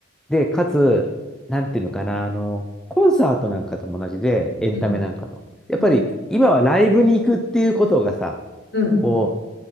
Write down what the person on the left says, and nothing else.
うん。
うん。
うん